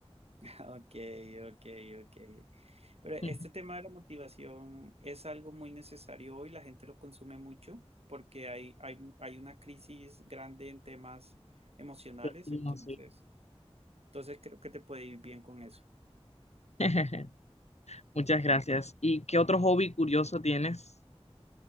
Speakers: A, on the right; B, on the left.
A: Ok, ok, ok. Pero este
B: <laughs>
A: tema de la motivación es algo muy necesario hoy, la gente lo consume mucho porque hay, hay, hay una crisis grande en temas emocionales,
B: Sí,
A: entonces,
B: no sé.
A: entonces creo que te puede ir bien con eso.
B: <laughs> Muchas
A: <laughs>
B: gracias. ¿Y qué otro hobby curioso tienes?